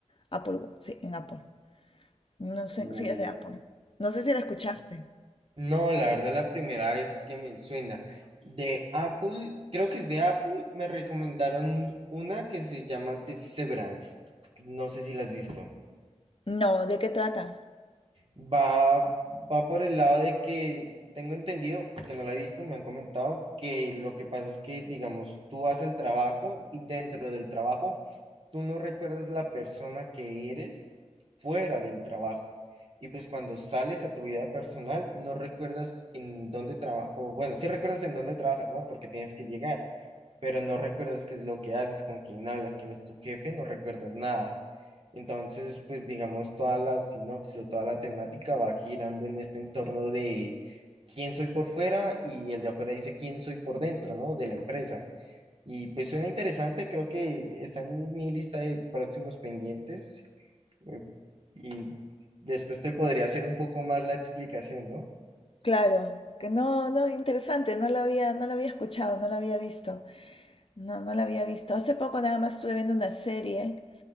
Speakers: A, on the left; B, on the right.
A: Apple, Watch, sí, en Apple. No sé
B: o
A: si es de Apple. No sé si la escuchaste.
B: No, la verdad, la primera vez que me suena. De Apple, creo que es de Apple, me recomendaron una que se llama Severance. No sé si la has visto.
A: No, ¿de qué trata?
B: Va, va por el lado de que tengo entendido, porque no la he visto, me han comentado que lo que pasa es que, digamos, tú vas al trabajo y dentro del trabajo tú no recuerdas la persona que eres fuera del trabajo. Y pues cuando sales a tu vida personal, no recuerdas en dónde trabajas, o bueno, sí recuerdas en dónde trabajas, ¿no? Porque tienes que llegar pero no recuerdas qué es lo que haces, con quién hablas, quién es tu jefe, no recuerdas nada. Entonces, pues digamos, toda la sinopsis o toda la temática va girando en este entorno de quién soy por fuera y el de afuera dice quién soy por dentro, ¿no? De la empresa. Y pues suena interesante, creo que está en mi lista de próximos pendientes eh, y después te podría hacer un poco más la explicación, ¿no?
A: Claro, que no, no, interesante, no la había, no la había escuchado, no la había visto. No, no la había visto. Hace poco nada más estuve viendo una serie